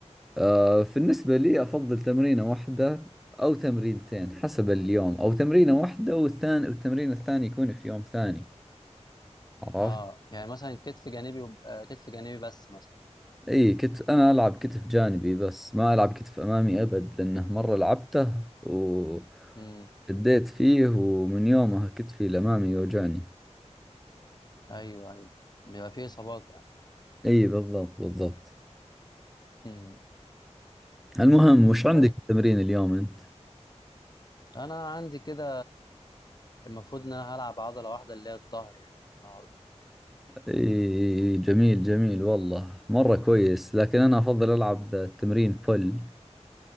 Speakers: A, in the centre; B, on the left.
A: آه، بالنسبة لي افضل تمرينة واحدة او تمرينتين حسب اليوم او تمرينة واحدة والثاني والتمرين الثاني يكون في يوم ثاني عرفت
B: اه يعني مثلا كتف جانبي وب- آه، كتف جانبي بس مثلا
A: اي كتف انا العب كتف جانبي بس ما العب كتف امامي ابد لانه مرة لعبته وشديت
B: امم
A: فيه ومن يومها كتفي الامامي يوجعني
B: ايوه ايوه بيبقى فيه اصابات يعني
A: اي بالضبط بالضبط
B: امم
A: المهم وش عندك
B: طيب
A: تمرين اليوم انت
B: انا عندي كده المفروض ان انا هلعب عضله واحده اللي هي الظهر يعني النهارده
A: اي جميل جميل والله مرة كويس لكن انا افضل العب تمرين بول